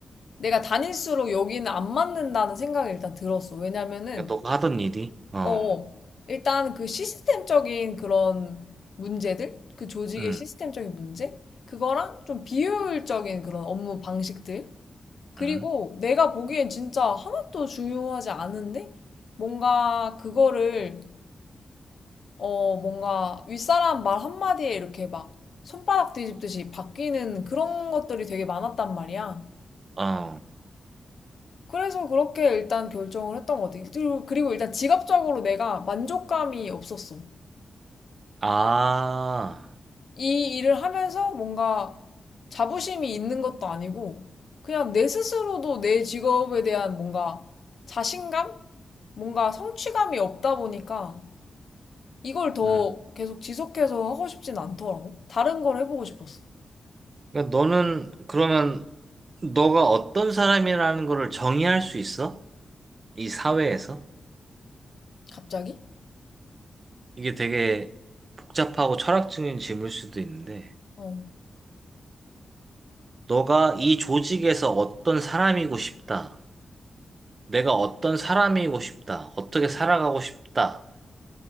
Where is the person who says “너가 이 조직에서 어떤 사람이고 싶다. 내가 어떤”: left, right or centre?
Right